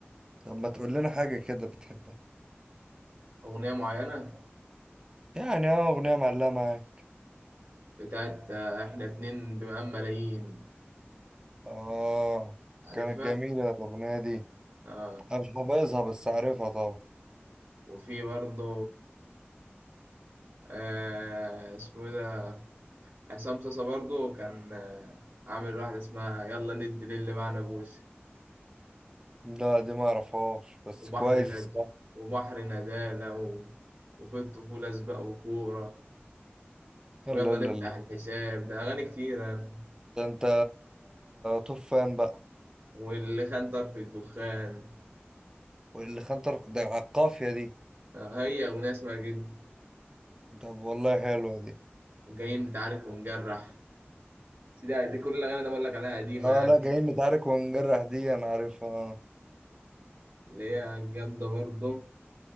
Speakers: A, on the right (about 15°); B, on the right (about 60°).
A: طب ما تقول لنا حاجة كده بتحبها
B: أغنية معينة
A: يعني اه اغنية معلقة معاك
B: بتاعت آه، إحنا اتنين بمقام ملايين
A: اه
B: عارفها؟
A: كانت جميلة الاغنية دي
B: آه
A: انا مش حافظها بس عارفها طبعا
B: وفي برضه آه اسمه إيه ده عصام صاصا برضه كان آه عامل واحدة اسمها يلا ندي للي معنا بوسة
A: لا دي ما اعرفهاش بس
B: وبحر
A: كويس
B: ند...
A: اسمها
B: وبحر ندالة و... وفي الطفولة سباق وكورة ويلا
A: لا لا
B: نفتح
A: لا
B: الحساب ده أغاني كتير أنا
A: ده انت طوب فان بقى
B: واللي خان طرف الدخان
A: واللي خان طرف ده على القافية دي
B: آه، هي أغنية اسمها كده
A: طب والله حلوة دي
B: جايين نتعارك ونجرح بس دي, دي كل الأغاني اللي بقول لك عليها قديمة
A: اه
B: يعني
A: لا
B: بسمعهم.
A: جايين نتعارك ونجرح دي انا عارفها آه.
B: اللي هي جامدة برضه